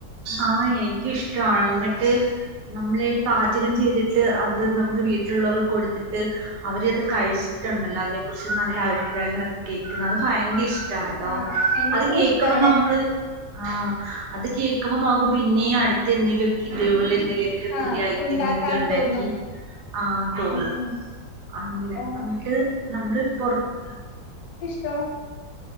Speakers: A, on the right (about 70°); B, on the left (about 75°).
A: ആ എനിക്കിഷ്ടാണ് ന്നിട്ട് നമ്മള് പാചകം ചീതിട്ട് അത് നമുക്ക് വീട്ടിലുള്ളവർക്ക് കൊടുത്തിട്ട് അവര് അത് കഴിച്ചിട്ടുണ്ടല്ലോ അതെ കുറിച്ച് നല്ല അഭിപ്രായങ്ങളൊക്കെ കേക്കുന്നത് അതൊക്കെ ഭയങ്കര ഇഷ് ടാട്ടോ
B: ആഹ് എനിക്കും
A: അത് കേകുമ്പോ
B: ഇഷ്ടാണ്
A: നമുക്ക് ആ അത് കേക്കുമ്പോ നമുക്ക് പിന്നെ അടുത്ത് എന്തേലും ഒ ഇത് പോലെ <unintelligible> പുതിയ
B: ആഹ്
A: ഐറ്റങ്ങളൊക്കെ
B: ഉണ്ടാക്കാൻ
A: ഉണ്ടാക്കി
B: തോന്നും
A: ആഹ് തോന്നും
B: ഉം ഉം
A: അങ്ങനെ
B: ഓ
A: എന്നിട്ട് നമ്മള് പുറത്ത്
B: ടോം